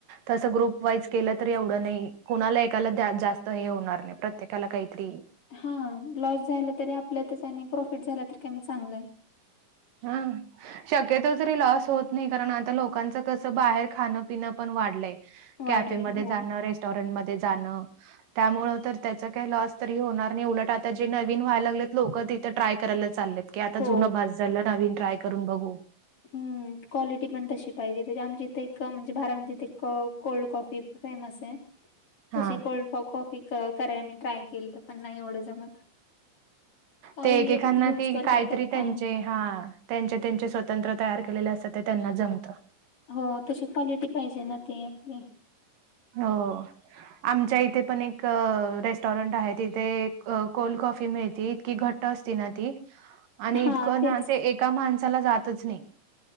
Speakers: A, on the right; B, on the left.
A: तसं ग्रुप वाईज केलं तरी एवढं नाही, कुणाला एकाला जास्त हे होणार नाही प्रत्येकाला काहीतरी
B: हा लॉस झालं तरी आपल्यातच आणि प्रॉफिट झालं तरी काय मग चांगलच.
A: हा. शक्यतो तरी लॉस होत नाही, कारण आता लोकांच कसं बाहेर खाणं पिणं पण वाढलंय.
B: वाढले
A: कॅफेमध्ये
B: हो
A: जाणं रेस्टॉरंट मध्ये जाणं. त्यामुळं तर त्याच काही लॉस तरी होणार नाही. उलट आता जे नवीन व्हायला लागलेत लोक तिथे ट्राय करायला चाललेत. की आता
B: हो.
A: जुनं बस झालं, नवीन ट्राय करून बघू.
B: हम्म. क्वालिटी पण तशी पाहिजे, त्या आमच्या इथे एक म्हणजे बारामतीत एक कोल्ड कॉफी फेमस आहे. <inaudible>
A: हां.
B: तशी कोल्ड कॉ कॉफी करायला मी ट्राय केलंत पण नाही एवढं जमत. काय
A: ते एकेकांना
B: युज
A: ती
B: करतात
A: कायतरी
B: त्यात काय
A: त्यांची,
B: माहित.
A: हा. त्यांचे त्यांचे स्वतंत्र तयार केलेले असतात ते त्यांना जमतं.
B: हो तशी क्वालिटी पाहिजे ना ते आपली.
A: हो. आमच्या इथे पण एक रेस्टॉरंट आहे, तिथे कोल्ड कॉफी मिळती ती इतकी घ ट्ट असती ना ती
B: <inaudible>
A: आणि इतकं
B: तेच
A: ना ते एका माणसाला जातच नाही.